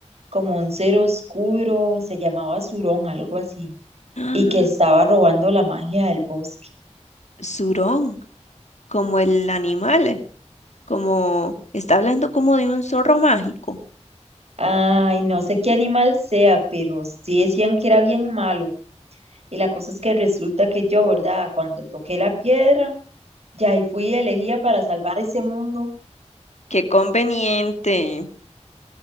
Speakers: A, on the right (about 60°); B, on the left (about 70°).
A: como un ser oscuro, se llamaba Surón, algo así,
B: Ah,
A: y que estaba robando la magia del bosque.
B: Zurón, como el animal, como está hablando como de un zorro mágico.
A: Ay, no sé qué animal sea, pero sí decían que era bien malo. Y la cosa es que resulta que yo, ¿verdad? Cuando toqué la piedra, ya ahí fui elegida para salvar ese mundo.
B: Qué conveniente.